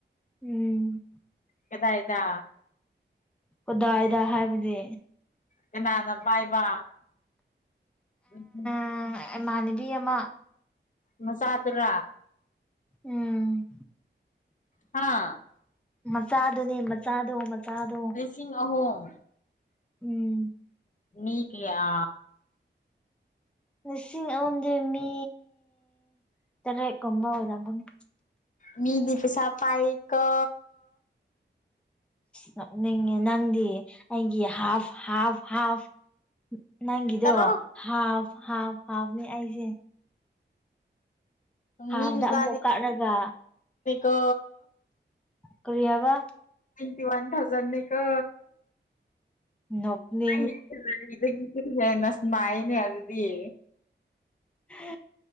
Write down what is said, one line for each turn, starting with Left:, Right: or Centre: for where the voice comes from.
Centre: ꯎꯝ
Left: ꯀꯗꯥꯏꯗ
Centre: ꯀꯗꯥꯏꯗ ꯍꯥꯏꯕꯗꯤ
Left: ꯀꯅꯥꯅ ꯄꯥꯏꯕ <inaudible>
Centre: ꯑꯝ ꯑꯦꯃꯥꯅꯕꯤ ꯑꯃ
Left: ꯃꯆꯥꯗꯨꯔꯥ
Centre: ꯎꯝ
Left: ꯍꯥꯥ
Centre: ꯃꯆꯥꯗꯨꯅꯦ ꯃꯆꯥꯗꯣ ꯃꯆꯥꯗꯣ꯫
Left: ꯂꯤꯁꯤꯡ ꯑꯍꯨꯝ꯫
Centre: ꯎꯝ꯫
Left: ꯃꯤ ꯀꯌꯥ꯫
Centre: ꯂꯤꯁꯤꯡ ꯑꯍꯨꯝꯗꯤ ꯃꯤ ꯇꯔꯦꯠꯀꯨꯝꯕ ꯑꯣꯏꯔꯕꯅꯤ꯫
Left: ꯃꯤꯗꯤ ꯄꯩꯁꯥ ꯄꯥꯏꯀꯣ꯫
Centre: ꯅ‌ꯣꯛꯅꯤꯡꯉꯦ ꯅꯪꯗꯤ ꯑꯩꯒꯤ ꯍꯥꯐ ꯍꯥꯐ ꯍꯥꯐ꯫ ꯅꯪꯒꯤꯗꯣ
Left: ꯇꯔꯨꯛ
Centre: ꯍꯥꯐ ꯍꯥꯐ ꯍꯥꯐꯅ‌ꯦ ꯑꯩꯖꯦ꯫ ꯍꯥꯐꯇ
Left: ꯃꯤ ꯃꯆꯥꯗꯤ
Centre: ꯑꯃꯨꯛ ꯀꯛꯔꯒ
Left: <inaudible> ꯀꯣ꯫
Centre: ꯀꯔꯤꯑꯕꯥ꯫
Left: ꯇ꯭ꯋꯦꯟꯇꯤ ꯋꯥꯟ ꯊꯥꯎꯖꯟꯅꯦ ꯀꯣ꯫
Centre: ꯅꯣꯛꯅꯤ
Left: <unintelligible> ꯁ꯭ꯃꯥꯏꯅꯦ ꯑꯗꯨꯗꯤ꯫
Centre: ꯍ